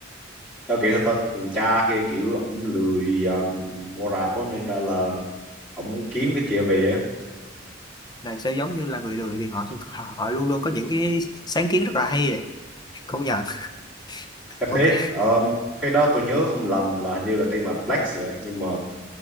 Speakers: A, in the centre; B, on the left.
A: do kiểu sao ta thằng cha kia kiểu ổng lười um, mua rạp á nên ra là ổng kiếm cái kia về á,
B: này sẽ giống như là người lười thì họ, <laughs> họ họ luôn luôn có những cái sáng kiến rất là hay vậy công nhận <laughs>
A: thật
B: ok
A: thế um, cái đó tôi nhớ không lầm là hình như là tên là Black rồi ấy. nhưng mà